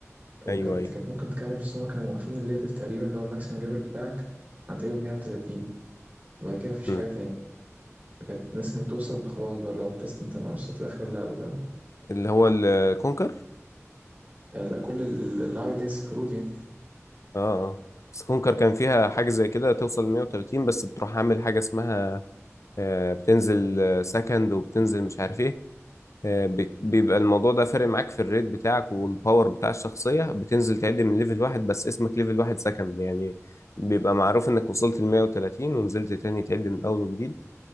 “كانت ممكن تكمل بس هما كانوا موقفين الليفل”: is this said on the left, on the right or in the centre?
Right